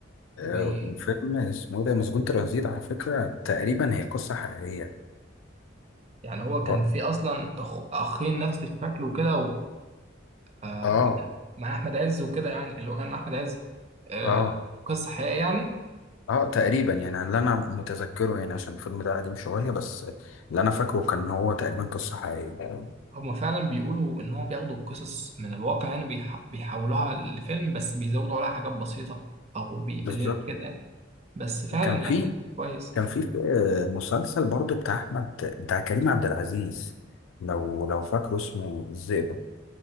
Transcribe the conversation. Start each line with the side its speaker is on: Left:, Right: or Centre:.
Left: آه،
Right: ويعني
Left: وفيلم اسمه ده مسجون ترانزيت على فكرة تقريبا هي قصة حقيقية
Right: هو
Left: برضه
Right: كان في أصلا أخ... أخين نفس الشكل وكده و... آه،
Left: اه
Right: مع أحمد عز وكده يعني اللي هو كان أحمد عز آه،
Left: اه
Right: قصة حقيقية يعني
Left: اه تقريبا يعني اللي انا متذكره يعني عشان الفيلم ده قديم شويه بس اللي انا فاكره كان هو تقريبا قصه حقيقيه
Right: هما فعلا بيقولوا ان هو بياخدوا القصص من الواقع يعني بيح- بيحولوها لفيلم بس بيزودوا عليها حاجات بسيطة او بيقللوا
Left: بالظبط
Right: كده بس فعلا
Left: كان في
Right: يعني كويس
Left: كان في آه، مسلسل برضه بتاع احمد بتاع كريم عبد العزيز لو لو فاكره اسمه الزئبق